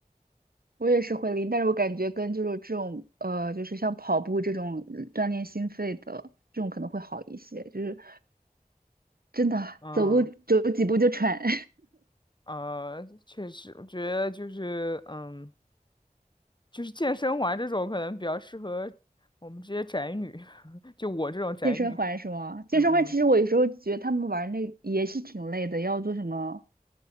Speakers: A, on the right; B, on the left.
A: 我也是会拎，但是我感觉跟就是这种呃，就是像跑步这种呃锻炼心肺的这种可能会好一些，就是真的走路走几步就喘。
B: 嗯
A: <laughs>
B: 呃，确实，我觉得就是嗯。就是健身环这种可能比较适合我们这些宅女，<laughs> 就我这种宅女。
A: 健身环是吗？健身环其实我有时候觉得他们玩那也是挺累的，
B: 嗯嗯，
A: 要做什么